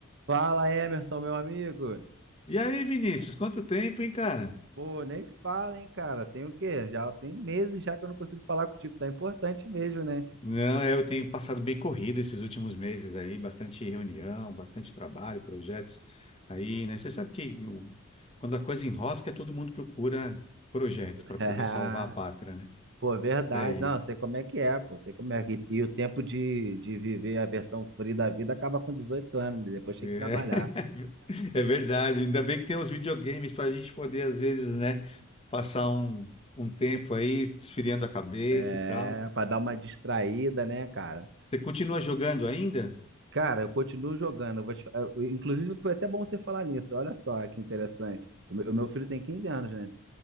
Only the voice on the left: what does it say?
E aí, Vinícius, quanto tempo, hein, cara?
Não, é, eu tenho passado bem corrido esses últimos meses aí, bastante reunião, bastante trabalho, projetos aí, né? Você sabe que o- quando a coisa enrosca, todo mundo procura projeto
para poder salvar a pátria, né?
É isso.
É,
<laughs> é verdade. Ainda bem que tem os videogames para a gente poder, às vezes, né, passar um, um tempo aí esfriando a cabeça
e tal.
Você continua jogando ainda?